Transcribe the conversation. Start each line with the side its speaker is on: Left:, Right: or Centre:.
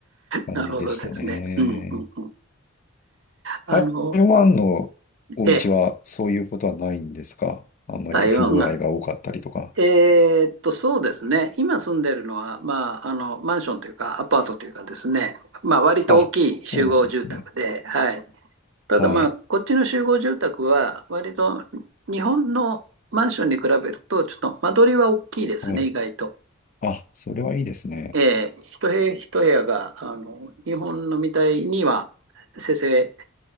Left: 感じでしたね。
Right: なるほどですね。うんうんうん。あの、
Left: 台湾のお家はそういうことはないんですかあんまり不具合が多かったりとか。
Right: ええ、台湾が、えーっと、そうですね。今住んでるのは、まあ、あの、マンションというか、アパートというかですね、まあ、割と大きい集合住宅で、
Left: あ、そうなんですね。
Right: はい。ただまあ、
Left: はい。
Right: こっちの集合住宅は、割と日本のマンションに比べると、ちょっと間取りは大きいですね、
Left: はい。
Right: 意外と。
Left: あ、それはいいですね。
Right: えー一部屋一部屋が、あの、日本のみたいには、せせ